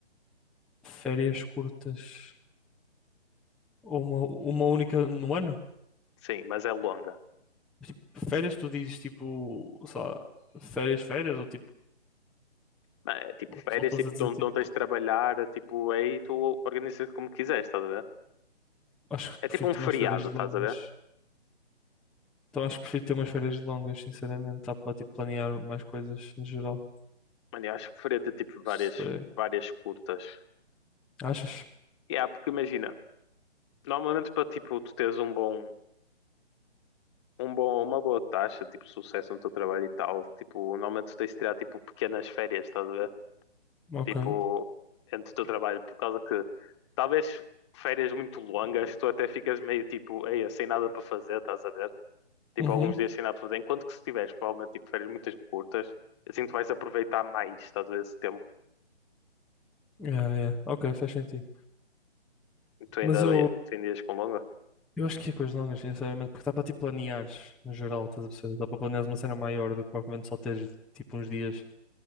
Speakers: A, in the centre; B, on the left.
A: Férias curtas. Ou uma, uma única no ano?
B: Sim, mas é longa.
A: Tipo, férias, tu dizes tipo, sei lá, férias, férias, ou tipo,
B: Mano, É tipo
A: ou,
B: férias,
A: ou estás
B: tipo,
A: a dizer
B: tu não
A: tipo,
B: tu não tens de trabalhar, tipo, aí tu organizas como quiseres, estás a ver?
A: acho que
B: É
A: prefiro
B: tipo um
A: ter
B: feriado,
A: umas férias longas.
B: estás a ver?
A: Então acho que prefiro ter umas férias longas, sinceramente, dá para tipo planear mais coisas no geral.
B: Mano, eu acho que preferia ter tipo várias,
A: Sei.
B: várias curtas.
A: Achas?
B: E yeah, porque imagina, normalmente para tipo tu teres um bom um bom, uma boa taxa, tipo, sucesso no teu trabalho e tal. Tipo, normalmente tu tens de tirar, tipo, pequenas férias, estás a ver?
A: Ok.
B: Tipo, entre o teu trabalho, por causa que talvez férias muito longas, tu até ficas meio, tipo, eia, sem nada para fazer, estás a ver? Tipo,
A: Uhum.
B: alguns dias sem nada para fazer. Enquanto que se tiveres, provavelmente, tipo, férias muito curtas, assim tu vais aproveitar mais, estás a ver, esse tempo.
A: Yeah, yeah. Ok, faz sentido.
B: Tu ainda,
A: Mas eu,
B: tu ainda ias com longa?
A: eu acho que é coisas longas, sinceramente, porque dá para tipo planeares no geral, estás a perceber? Dá para planeares uma cena maior do que propriamente só teres tipo uns dias.